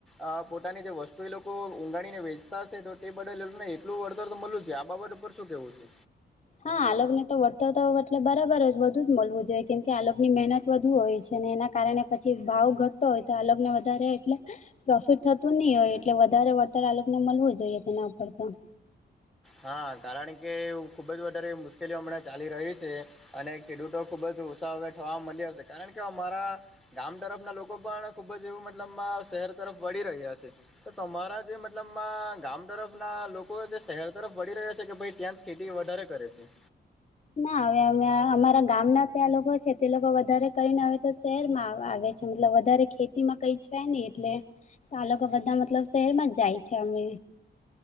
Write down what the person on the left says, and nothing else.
હા આલોગને તો વળતર તો હોય એટલે બરાબર વધુ જ મળવું જોઈએ કેમકે આલોગ ની મહેનત વધુ હોય છે. એના કારણે પછી ભાવ ઘટતો હોય, તો આ લોગને વધારે એટલે પ્રોફિટ થતું નહી હોય એટલે વધારે વળતર આલોકને મળવું જોઈએ, તેના ઉપર તો-'
ના હવે અ અમારા ગામ ના ત્યાં લોકો છે, તે લોકો વધારે કરીને હવે તો શહેરમાં આવે છે, મતલબ વધારે ખેતીમાં કઈ છે, નઈ એટલે તો આ લોકો બધા મતલબ શહેરમાં જાય છે, એમને